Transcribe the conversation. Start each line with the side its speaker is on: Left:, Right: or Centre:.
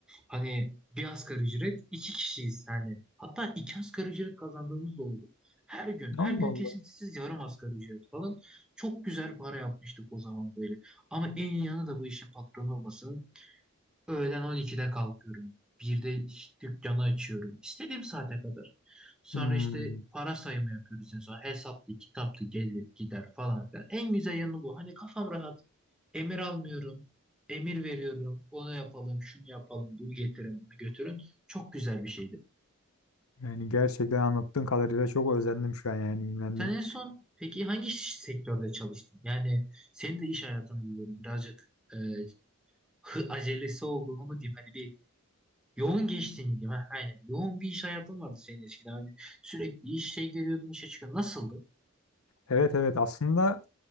Centre: Hani bir asgari ücret iki kişiyiz yani. Hatta iki asgari ücret kazandığımız da oldu. Her gün,
Left: Allah
Centre: her gün
Left: Allah.
Centre: kesintisiz yarım asgari ücret falan. Çok güzel para yapmıştık o zaman böyle. Ama en iyi yanı da bu işin patronu olması. Öğlen 12'de kalkıyorum. 1'de iş- dükkanı açıyorum. İstediğim saate kadar. Sonra
Left: Hmm,
Centre: işte para sayımı yapıyoruz en son. Hesaplı, kitaplı gelir gider falan filan. En güzel yanı bu. Hani kafam rahat. Emir almıyorum. Emir veriyorum. Onu yapalım, şunu yapalım, bunu getirin, bunu götürün. Çok güzel bir şeydi.
Left: yani gerçekten anlattığın kadarıyla çok özendim şu an yani imrendim.
Centre: Sen en son peki hangi ş- sektörde çalıştın? Yani senin de iş hayatını biliyorum. Birazcık e, hı- acelesi olduğunu mu diyeyim? Hani bir Yoğun geçtiğini diyeyim. Heh, aynen. Yoğun bir iş hayatın vardı senin eskiden. Hani sürekli iş şey giriyordun, işe çıkıyordun. Nasıldı?
Left: Evet evet aslında